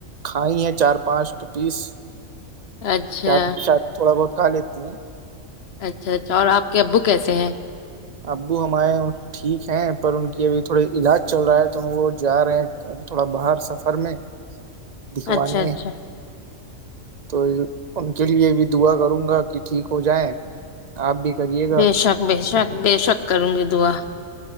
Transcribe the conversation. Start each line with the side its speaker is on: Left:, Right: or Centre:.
Right: کھائی ہیں چار پانچ پیس
Left: اچھا
Right: کیا آ ش تھوڑا بہت کھا لیتی ہیں
Left: اچھا اچھا اور آپ کے ابو کیسے ہیں
Right: ابو ہمارئے ٹھیک ہیں پر ان کی ابھی تھوڑے علاج چل رہا ہے تو وہ جا رہے ہیں ابھی تھوڑا باہر سفر میں
Left: <inaudible>
Right: دکھوانے
Left: اچھا اچھا
Right: تو ان کے لیے بھی دعا کروں گا کہ ٹھیک ہو جائےیں آپ بھی کریے گا
Left: بے شک بے شک بے شک کروں گی دعا